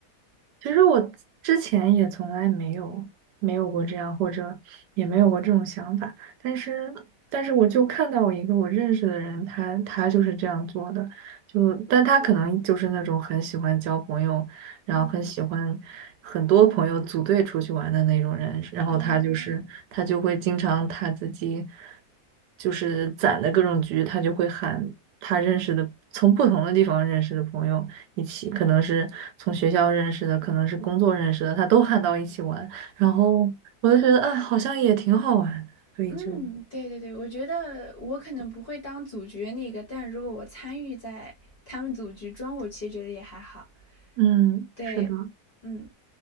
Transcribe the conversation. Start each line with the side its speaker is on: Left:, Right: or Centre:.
Right: 其实我之前也从来没有没有过这样，或者也没有过这种想法。但是，但是我就看到一个我认识的人，他他就是这样做的。就，但他可能就是那种很喜欢交朋友，然后很喜欢很多朋友组队出去玩的那种人。
Left: 嗯。
Right: 然后他就是他就会经常他自己
Left: 哦，
Right: 就是攒的各种局，他就会喊他认识的从不同的地方认识的朋友。一起，可能是从学校认识的，可能是工作认识的，他都喊到一起玩，然后我就觉得，哎，好像也挺好玩的所以就，
Left: 嗯，对对对，我觉得我可能不会当组局那个，但如果我参与在他们组局中，我其实觉得也还好。
Right: 嗯，
Left: 对，
Right: 是的，
Left: 嗯，